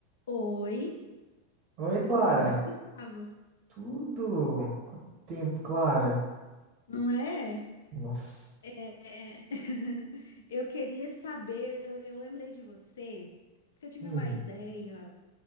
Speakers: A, on the left; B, on the right.
A: Oi,
B: Oi, Clara.
A: tudo bom, Gustavo?
B: Tudo? Quanto tempo, Clara?
A: Não é?
B: Nossa.
A: É. <laughs> Eu queria saber, eu, eu lembrei de você, porque eu tive
B: Hum.
A: uma ideia